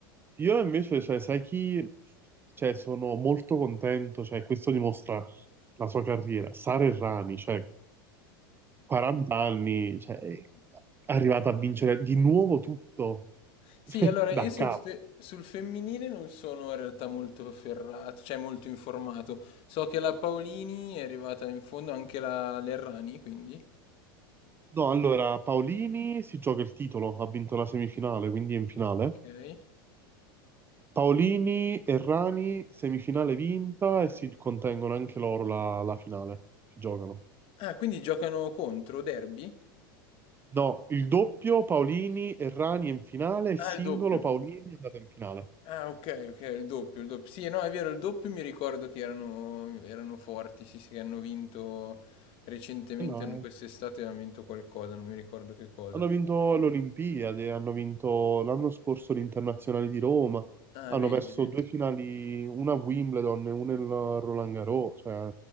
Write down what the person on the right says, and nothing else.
Io invece, cioè, sai chi... Cioè, sono molto contento, cioè, questo dimostra la sua carriera. Sara Errani, cioè, 40 anni,
cioè, è arrivata a vincere di nuovo tutto
<laughs>
da
capo.
No, allora Paolini si gioca il titolo, ha vinto la semifinale, quindi è in finale.
Paolini e Rani, semifinale vinta e si contengono anche loro la, la finale. Si giocano.
No, il doppio Paolini e Rani è in finale, il
singolo
Paolini è andato in finale.
Eh no,
Hanno vinto l'Olimpiade, hanno vinto l'anno scorso l'Internazionale di Roma,
hanno
perso
due finali, una a Wimbledon e una a Roland Garros. Cioè,